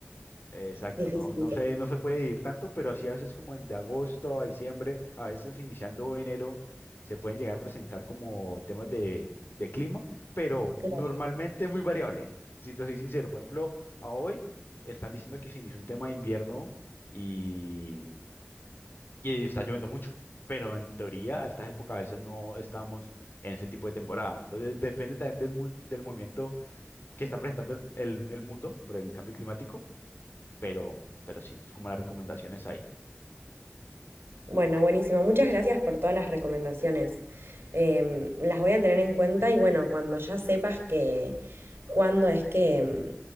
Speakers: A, on the left; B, on the right.
A: Exacto,
B: difícil
A: no, no se, no se puede ir tanto, pero sí a veces como en de agosto a diciembre, a veces iniciando enero, se pueden llegar a presentar como temas de, de clima, pero
B: que...
A: normalmente es muy variable. Si te soy sincero, por ejemplo, a hoy están diciendo que se inició un tema de invierno y, y está lloviendo mucho, pero en teoría a estas épocas a veces no estamos en ese tipo de temporada. Entonces depende también del, mu- del movimiento que está presentando el, el el mundo por el cambio climático pero, pero sí, es como las recomendaciones ahí.
B: Bueno, buenísimo. Muchas gracias por todas las recomendaciones. Em, las voy a tener en cuenta y bueno, cuando ya sepas que cuándo es que, em,